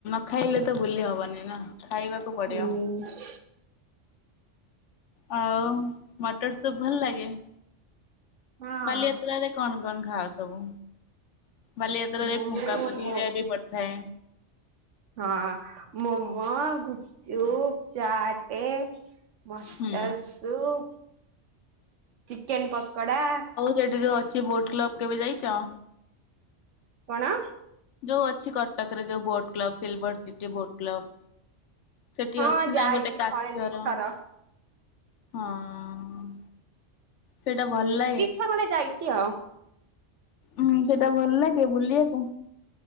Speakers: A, on the left; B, on the right.
A: ନ ଖାଇଲେ ତ ବୁଲି ହବନି ନା, ଖାଇବାକୁ ପଡିବ।
B: ହୁଁ।
A: ଆଉ ମଟର ସୁପ୍ ଭଲ ଲାଗେ?
B: ହଁ
A: ବାଲିଯାତ୍ରାରେ କଣ କଣ ଖାଅ ସବୁ, ବାଲିଯାତ୍ରାରେ
B: ମୁଁ
A: ଠୁଙ୍କା ପରି
B: ମୋ
A: ହେରିକା ବି <unintelligible>
B: ହଁ ଅଁ, ମୋମୋ, ଗୁପଚୁପ, ଚାଟେ। ମଟର
A: ହୁଁ
B: ସୁପ, ଚିକେନ ପକୋଡା।
A: ସେଇଠି ଯଉ ଅଛି ବୋଟ୍ କ୍ଲବ୍ କେବେ ଯାଇଛ?
B: କଣ?
A: ଯୋଉ ଅଛି କଟକରେ ଯୋଉ boat club, silver city boat club? ସେଠି
B: ହଁ
A: ଅଛି
B: ଯାଇଛି
A: ନା ଗୋଟେ କାଚର,
B: ଥରେ ଦିଥର
A: ହଁ ଅ ସେଇଟା ଭଲ ଲା
B: ଦି ଥର ଖଣ୍ଡେ ଯାଇଛି ଆଉ।
A: ହୁଁ, ସେଇଟା ଭଲ ଲାଗେ ବୁଲିବାକୁ?